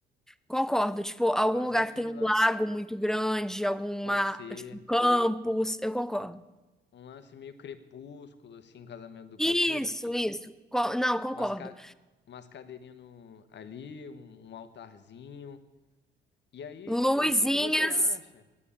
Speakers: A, in the centre; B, on the left.
A: Concordo, tipo, algum
B: Fazer
A: lugar
B: aquele
A: que tem um
B: lance.
A: lago muito grande, alguma,
B: Pode ser.
A: tipo, um campus, eu concordo.
B: Um lance meio crepúsculo, assim, casamento do
A: Isso,
B: crepúsculo.
A: isso. Co- não, concordo.
B: Umas, ca... umas cadeirinhas no... ali, um, um altarzinho. E aí,
A: Luzinhas
B: o que que você acha?